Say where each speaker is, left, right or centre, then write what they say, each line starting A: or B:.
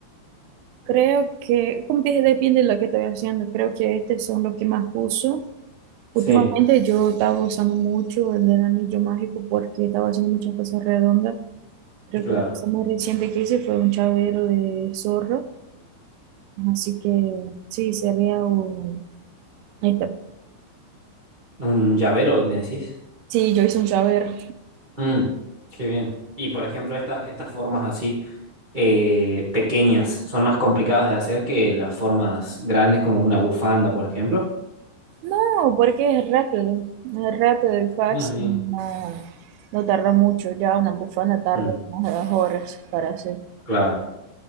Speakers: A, on the right; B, on the right.
A: Creo que, como te dije, depende de lo que estoy haciendo. Creo que estos son los que más uso.
B: Sí,
A: Últimamente yo estaba usando mucho el del anillo mágico porque estaba haciendo muchas cosas redondas. Creo
B: claro.
A: que la cosa más reciente que hice fue un chavero de zorro. Así que sí, sería un... Ahí está.
B: ¿Un llavero, me decís?
A: Sí, yo hice un chavero.
B: Mm, qué bien. Y por ejemplo, estas, estas formas así eh, pequeñas son más complicadas de hacer que las formas grandes como una bufanda, por ejemplo.
A: No, porque es rápido. Es rápido y fácil.
B: Ah, bien.
A: No, no tarda mucho. Ya una bufanda tarda
B: Mm,
A: unas horas para hacer.
B: claro.